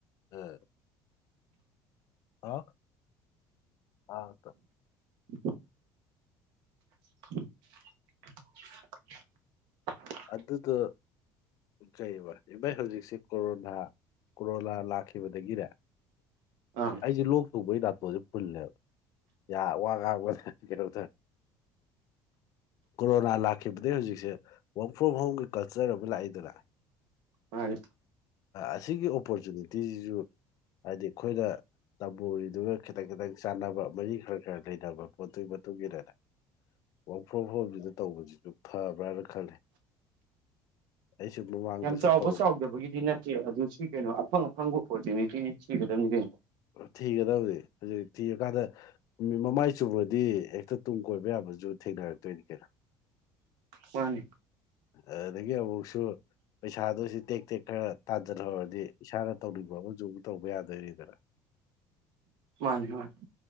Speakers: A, on the left (about 50°); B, on the right (about 70°).
A: ꯑꫭ ꯍꯂꫭ ꯑꯥ
B: <unintelligible> <unintelligible>
A: ꯑꯗꯨꯗ ꯀꯩ ꯏꯚꯩ ꯍꯧꯖꯤꯛꯁ ꯀꯣꯔꯣꯅꯥ ꯀꯣꯔꯣꯅꯥ ꯂꯥꯛꯈꯤ ꯈꯤꯕꯗꯒꯤꯅꯦ
B: ꯑꯥ
A: ꯑꯩꯁꯦ ꯂꯣꯛ ꯇꯧꯕꯩ ꯅꯥꯥꯇꫭꯟꯁꯦ ꯐꯨꯜꯂꯦꯕ ꯌꯥ ꯋꯥ ꯉꯥꯡꯕ ꯀꯩꯅꯣꯔꯦ ꯀꯣꯔꯣꯅꯥ ꯂꯥꯛꯈꯤꯕꯗꯒꯤ ꯍꯧꯖꯤꯛꯁꯦ ꯋꯔꯛ ꯐ꯭ꯔꯣꯝ ꯍꯣꯝꯒꯤ ꯀꯜꯆꯔ ꯑꯃꯨꯛ ꯂꯥꯛꯏꯗꯅ
B: ꯃꯥꯅꯤ
A: ꯑꯁꯤꯒꯤ ꯑꯣꯄꯣꯔꯆꯨꯅꯤꯇꯤꯁꯤꯁꯨ ꯍꯥꯏꯗꯤ ꯑꯩꯈꯣꯏꯅ ꯇꯝꯃꯣꯔꯤꯗꯨꯒ ꯈꯤꯇꯪ ꯈꯤꯇꯪ ꯆꯥꯟꯅꯕ ꯃꯔꯤ ꯈꯔ ꯈꯔ ꯂꯩꯅꯕ ꯄꯣꯠꯇꯨꯒꯤ ꯃꯇꯨꯡ ꯏꯟꯅꯅꯦ <unintelligible> ꯇꯧꯕꯁꯤꯁꯨ ꯐꯕ꯭ꯔꯥꯅ ꯈꯜꯂꯦ ꯑꯩꯁꯨ ꯃꯃꯥꯡꯗꯁꯨ
B: ꯌꯥꯝ ꯆꯥꯎꯕ
A: ꯇꯧꯔꯝ
B: ꯆꯥꯎꯗꯕꯒꯤꯗꯤ ꯅꯠꯇꯦ ꯑꯗꯨ ꯁꯤ ꯀꯩꯅꯣ ꯑꯐꯪ ꯑꯐꯪꯕ ꯑꯣꯄꯣꯔꯆꯨꯅꯤꯇꯤ ꯁꯤꯒꯗꯕꯅꯤ ꯀꯩꯅꯣ
A: ꯊꯤꯒꯗꯕꯅꯤ ꯍꯧꯖꯤꯛ ꯊꯤꯔꯀꯥꯟꯗ ꯃꯃꯥꯏ ꯁꯨꯕꯗꯤ ꯍꯦꯛꯇ ꯇꯨꯡ ꯀꯣꯏꯕ ꯌꯥꯕꯁꯨ ꯊꯦꯡꯅꯔꯛꯇꯣꯏꯅꯤ ꯀꯩꯅꯣ꯫
B: ꯃꯥꯅꯤ
A: ꯑꯗꯨꯗꯒꯤ ꯑꯃꯨꯛꯁꯨ ꯄꯩꯁꯥꯗꯁꯤ ꯇꯦꯛ ꯇꯦꯛ ꯈꯔ ꯇꯥꯟꯖꯟꯍꯧꯔꯗꯤ ꯏꯁꯥꯅ ꯇꯧꯅꯤꯡꯕ ꯑꯃꯁꯨ ꯑꯃ ꯇꯧꯕ ꯌꯥꯗꯣꯏꯅꯤꯗꯅ <inaudible>
B: ꯃꯥꯅꯦ ꯃꯥꯅꯦ